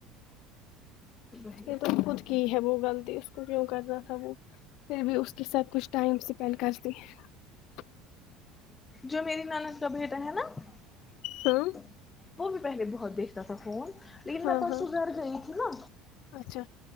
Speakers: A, on the left; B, on the left.
A: وہی
B: یہ تو خود کی ہے وہ گل اس کو کیوں کرنا تھا وہ پھر بھی اس کے ساتھ کچھ ٹائم اسپینڈ کرتی <unintelligible>
A: جو میری ناند کا بیٹا ہے نا <unintelligible>
B: ہاں
A: وہ بھی پہلے بہت دیر <unintelligible> ج تو فون <unintelligible> لیکن
B: ہاں
A: میں تو
B: ہاں
A: اس گھر گئی تھی نا
B: اچھا